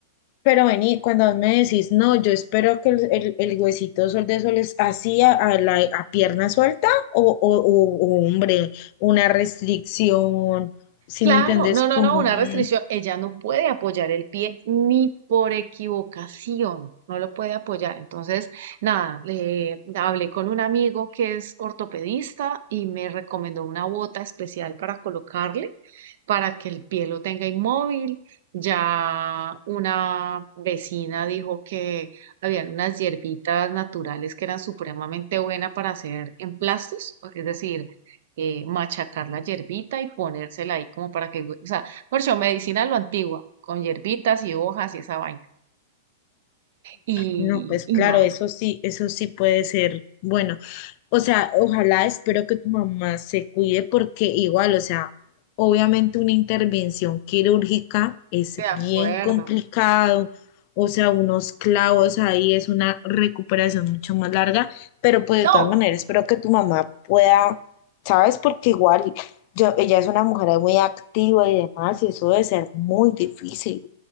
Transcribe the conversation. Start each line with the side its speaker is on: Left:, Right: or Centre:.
Left: Pero vení, cuando me decís, no, yo espero que el, el- el huesito sol de sol es así a, a la, a pierna suelta o, o- o- o, hombre, una restricción, si
Right: Claro,
Left: me entendés?
Right: no,
Left: Como
Right: no, no, una
Left: un,
Right: restricción. Ella no puede apoyar el pie ni por equivocación, no lo puede apoyar. Entonces, nada, le hablé con un amigo que es ortopedista y me recomendó una bota especial para colocarle, para que el pie lo tenga inmóvil. Ya una vecina dijo que habían unas hierbitas naturales que eran supremamente buenas para hacer emplastos, es decir, eh, machacar la hierbita y ponérsela ahí como para que, o sea, por eso medicina a lo antigua, con hierbitas y hojas y esa vaina. Y,
Left: No, pues
Right: y
Left: claro,
Right: nada,
Left: eso sí, eso sí puede ser bueno. O sea, ojalá, espero que tu mamá se cuide porque igual, o sea, obviamente una intervención quirúrgica es
Right: de acuerdo.
Left: bien complicado, o sea, unos clavos ahí es una recuperación mucho más larga, pero pues de
Right: No,
Left: todas maneras espero que tu mamá pueda, ¿sabes? Porque igual yo, ella es una mujer muy activa y demás, y eso debe ser muy difícil.